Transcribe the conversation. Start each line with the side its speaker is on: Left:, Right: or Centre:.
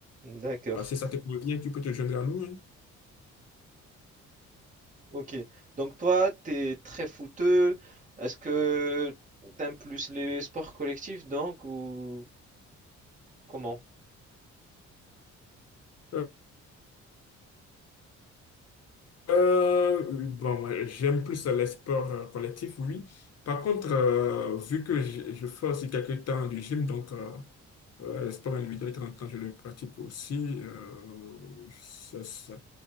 Right: D'accord.
Left: Parce que ça te convient, tu peux te joindre à nous. hein.
Right: Ok. Donc toi, t'es très footeux. Est-ce que t'aimes plus les sports collectifs donc ou comment?
Left: Euh, Euh, oui, bon, moi, j'aime plus les sports euh, collectifs, oui. Par contre, euh, vu que je, je fais aussi quelques temps du gym, donc euh, euh, le sport individuel, de temps en temps, je le pratique aussi. euh, c'est ça.